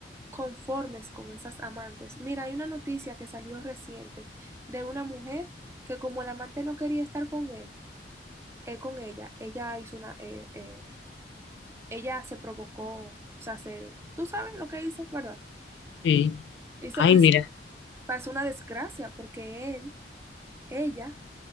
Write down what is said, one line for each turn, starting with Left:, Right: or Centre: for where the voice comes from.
Right: conformes con esas amantes. Mira, hay una noticia que salió reciente de una mujer que como el amante no quería estar con él, eh, con ella, ella hizo una, eh, eh, ella se provocó, o sea, se, tú sabes lo que hizo, ¿verdad?
Left: Sí,
Right: hizo
Left: ay,
Right: hizo
Left: mira,
Right: pasó una desgracia porque él, ella,